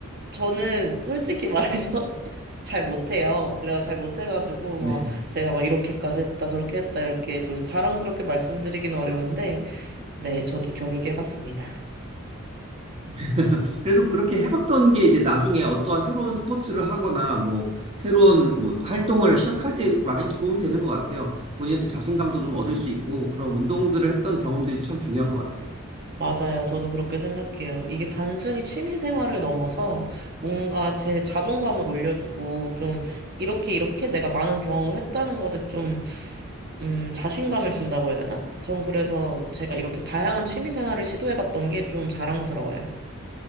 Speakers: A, on the right; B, on the right.
A: 저는 솔직히 <laughs> 말해서 잘 못해요. 그래서 잘 못해가지고
B: 네.
A: 막 제가 막 이렇게까지 했다 저렇게 했다 이렇게 좀 자랑스럽게 말씀드리기는 어려운데 네 저도 겨루기 해봤습니다.
B: <laughs> 그래도 그렇게 해봤던 게 이제 나중에 어떠한 새로운 스포츠를 하거나 뭐 새로운 뭐 활동을 시작할 때 많이 도움이 되는 것 같아요. 본인한테 자신감도 좀 얻을 수 있고 그런 운동들을 했던 경험들이 참 중요한 것 같아요.
A: 맞아요. 저도 그렇게 생각해요. 이게 단순히 취미 생활을 넘어서 뭔가 제 자존감을 올려주고 좀 이렇게 이렇게 내가 많은 경험을 했다는 것에 좀 음, 자신감을 준다고 해야 되나? 전 그래서 제가 이렇게 다양한 취미 생활을 시도해봤던 게 좀 자랑스러워요.